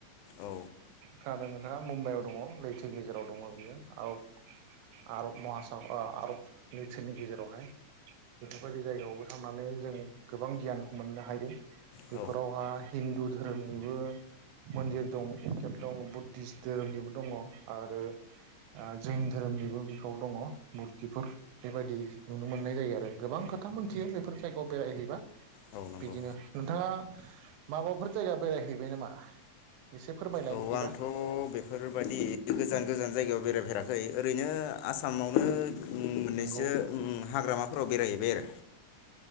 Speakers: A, on the left; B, on the right.
A: औ
B: खोनादों नोंथाङा मुम्बाइआव दंङ लैथो गेजेराव दंङ बियो औ आरब महा सागर आरब लैथोनि गेजेरावहाय बेफोरबायदि जायगायावबो थांनानै जों गोबां गियान मोननो हायो। बेफोरावहाय
A: औ
B: हिन्दु धोरोमनिबो मन्दिर दं थे दं बुद्धिस धोरोमनिबो दंङ आरो ओ जैन धोरोमनिबो बिखाव दंङ मुरथिफोर बेबायदि नुनो मोननाय जायो आरो गोबां खोथा मोनथियो बेफोर जायगायाव बेरायहैबा
A: औ नंगौ
B: बिदिनो नोंथाङा माबाफोर जायगा बेरायहैबाय नामा? एसे फोरमायलाय
A: औ
B: बिदिबा
A: आंथ बेफोरबायदि गोजान गोजान जायगायाव बेरायफेरा खै ओरैनो आसामावनो उम मोननैसो
B: नोंगौ
A: उम हाग्रामाफोराव बेरायहैबाय आरो।